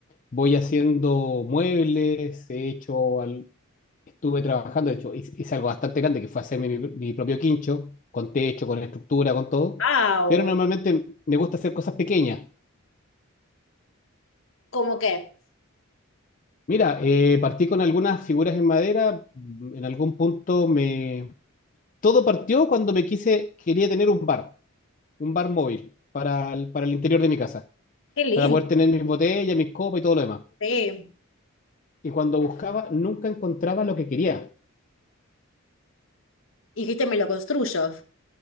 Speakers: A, on the left; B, on the left.
A: voy haciendo muebles, he hecho, al- estuve trabajando, de hecho, hice, hice algo bastante grande que fue hacerme mi, mi propio quincho, con techo, con estructura, con todo,
B: ¡Wow!
A: pero normalmente me gusta hacer cosas pequeñas.
B: ¿Cómo qué?
A: Mira, eh, partí con algunas figuras en madera. mm, En algún punto me... Todo partió cuando me quise, quería tener un bar, un bar móvil para el, para el interior de mi casa,
B: ¡Qué lindo!
A: para poder tener mis botellas, mis copas y todo lo demás.
B: Sí.
A: Y cuando buscaba, nunca encontraba lo que quería.
B: Y dijiste, me lo construyo.